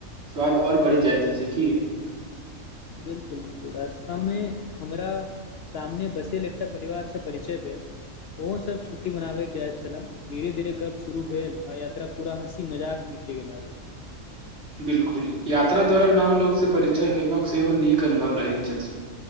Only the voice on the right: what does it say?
स्वाद और बढ़ी जायत अछि की?
बिलकुल यात्रा द्वारा नव लोकसँ परिचय होयबाक सेहो नीक अनुभव रहैत छथिन।